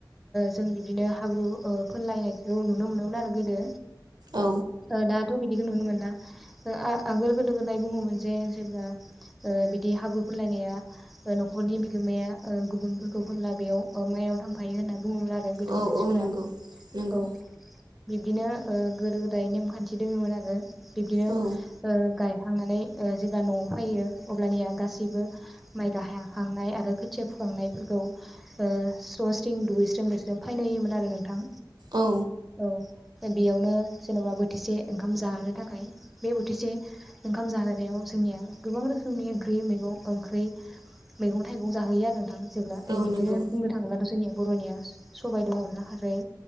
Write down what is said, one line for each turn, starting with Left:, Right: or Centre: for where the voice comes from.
Centre: जों बिदिनो हाब्रु फोनलायनायखौ नुनो मोनो। नंगौमोन आरो गोदो।
Right: औ
Centre: ओ दा। थ' बिदिखौ नुनो मोना ओ आगोल गोदो गोदाय बुङोमोन जे जेब्ला ओ बिदि हाब्रु फुनलायनाया न'खरनि बिगोमाया गुबुनफोरखौ होनला बेयाव माइ आव थांफायो होनना। बुङोमोन आरो गोदोनि
Right: औ
Centre: मानसिफोरा
Right: औ नंगौ नंगौ
Centre: औ। बिब्दिनो ओ गोदो गोदाय नेमखान्थि दोङोमोन आरो। बिब्दिनो ओ
Right: औ
Centre: गाय। थांनानै जेब्ला न'आव फैयो अब्लानिया गासैबो माइ गायहांखांनाय आरो खोथिया फुखांनायफोरखौ स्र' स्रिं दुगैस्रोम लोमस्रोम फैनो होयोमोन आरो नोंथां।
Right: औ।
Centre: औ बेयावनो जेन'बा बोथिसे ओंखाम जाहोनो थाखाय बे बोथिसे ओंखाम जाहोनायाव जोंनिया गोबां रोखोमनि ओंख्रि मैगं ओंख्रि मैगं थाइगं जाहोयो आरो नोंथां।
Right: औ
Centre: बिदिनो
Right: नंगौ
Centre: बुंनो थाङोब्ला जोंनियाव। बर'निया सबाय दं अनला खारै।